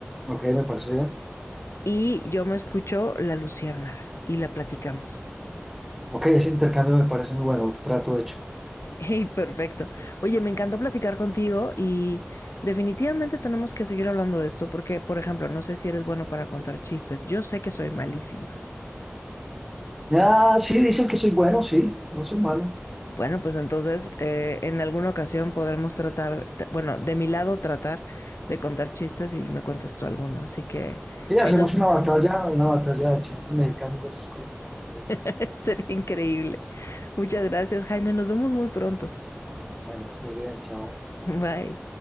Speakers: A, in the centre; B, on the left (about 75°).
A: ok, me parece bien.
B: Y yo me escucho La Luciérnaga y la platicamos. <laughs>
A: Ok, ese intercambio me parece muy bueno, trato hecho.
B: Hey, perfecto. Oye, me encantó platicar contigo y definitivamente tenemos que seguir hablando de esto porque, por ejemplo, no sé si eres bueno para contar chistes. Yo sé que soy malísima.
A: Ah, sí, dicen que soy bueno, sí, no soy malo.
B: Bueno, pues entonces eh, en alguna ocasión podremos tratar, t- bueno, de mi lado tratar de contar chistes y me cuentas tú alguno. Así que
A: Y
B: ahí
A: hacemos
B: nos
A: una batalla, una batalla de chistes mexicanos versus colombianos. está bien.
B: <laughs> sería increíble. Muchas gracias, Jaime. Nos vemos muy pronto.
A: Bueno, que estés bien, chao.
B: <laughs> Bye.